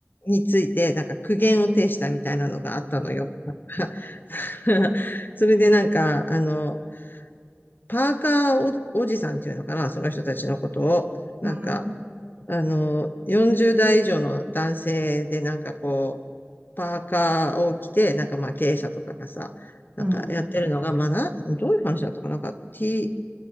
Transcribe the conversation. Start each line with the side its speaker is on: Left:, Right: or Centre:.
Left: について、なんか苦言を呈したみたいなのがあったのよ。<laughs> それでなんか、あの、パーカーお、おじさんっていうのかな、その人たちのことを。
Right: うん、
Left: なんか、あの、40代以上の男性でなんかこう、パーカーを着て、なんかまあ経営者とかがさ、なんかやってるのが、
Right: うん、
Left: まあな、どういう話だったかな、なんか T、